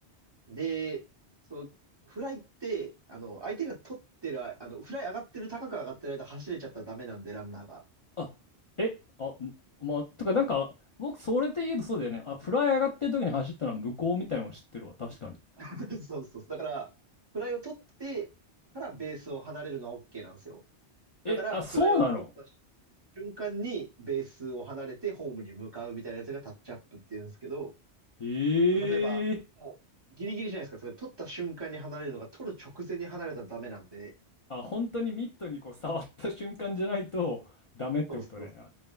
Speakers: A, on the right; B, on the left.
A: で、その、フライって、あの、相手が取ってる、ああの、フライ上がってる、高く上がってる間走れちゃったらダメなんで、ランナーが。
B: あ、え、あ、んまあ、とかなんか、僕、それで言うとそうだよね。あ、フライ上がってる時に走ったのは向こうみたいなの知ってるわ。確かに。
A: <laughs> そうそう。だから、フライを取ってからベースを離れるのは OK なんですよ。
B: え、
A: だから、
B: あ、そうなの
A: フライを取った瞬間にベースを離れてホームに向かうみたいなやつがタッチアップっていうんですけど、
B: へえ。
A: その例えば、もうギリギリじゃないですか。例えば取った瞬間に離れるのが取る直前に離れたらダメなんで、
B: あ、本当にミットにこう触った瞬間じゃないとダメってことね。
A: そうそう。
B: あ